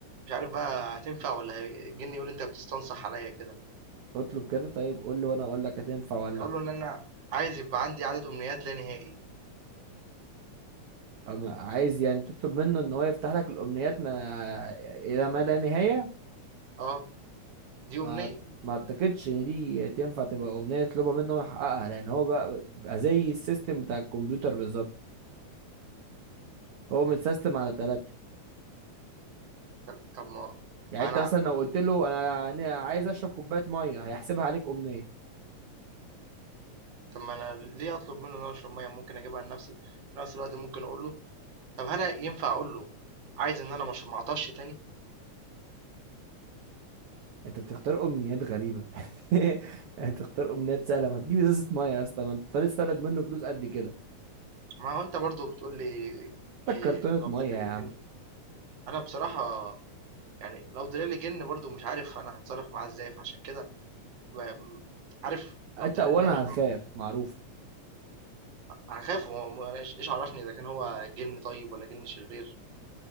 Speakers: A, on the right (about 45°); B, on the right (about 65°).
A: مش عارف بقى هتنفع ولا هي- الجني يقول انت بتستنصح عليا كده
B: اطلب كده طيب قول لي وانا اقول لك هتنفع ولا
A: اقول
B: لا
A: له ان انا عايز يبقى عندي عدد امنيات لا نهائي
B: اما عايز يعني تطلب منه ان هو يفتح لك الامنيات ما الى ما لا نهاية
A: اه دي
B: ما
A: امنيه
B: ما اعتقدش ان دي تنفع تبقى امنيه يطلبها منه يحققها لان هو بقى بقى زي السيستم بتاع الكمبيوتر بالظبط هو متسيستم على ثلاثه
A: طب طب ما
B: يعني
A: ما
B: انت
A: انا
B: مثلا لو قلت له انا أنا عايز اشرب كوبايه ميه هيحسبها عليك امنيه
A: طب ما أنا ليه أطلب منه إن هو يشرب مَيّة ممكن أجيبها لنفسي، في نفس الوقت ممكن أقول له طب هل أنا ينفع أقول له عايز إن أنا ما اش ما أعطشش تاني؟
B: انت بتختار امنيات غريبه <laughs> يعني تختار امنيات سهله ما تجيب ازازه ميه يا اسطى ما انت لسه طالب منه فلوس قد كده
A: ما هو أنت برضه بتقول لي
B: هات لك
A: آآ
B: كرتونه
A: لو
B: ميه
A: طلع
B: يا
A: لك
B: عم
A: جِن، أنا بصراحة يعني لو طلع لي جِن برضه مش عارف أنا هاتصرّف معاه إزاي، فعشان كده ب عارف لو
B: انت
A: طلع
B: اولا
A: لو
B: هتخاف معروف
A: هاخاف هو م أنا إيش إيش عرفني إذا كان هو جِن طيب والّا جِن شرير،